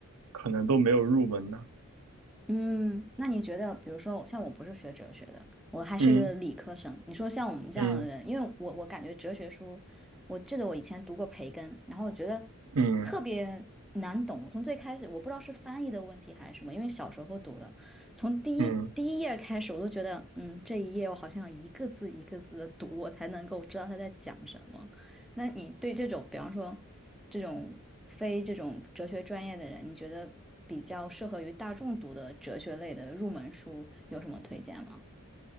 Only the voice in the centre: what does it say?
嗯，那你觉得，比如说，像我不是学哲学的，我还是一个理科生。
你说像我们这样的人，
因为我我感觉哲学书，我记得我以前读过培根，然后我觉得
特别难懂。从最开始，我不知道是翻译的问题还是什么，因为小时候读的，从第一第一页开始，
我都觉得，嗯，这一页我好像要一个字一个字的读，我才能够知道他在讲什么。那你对这种，比方说这种非这种哲学专业的人，你觉得比较适合于大众读的哲学类的入门书有什么推荐吗？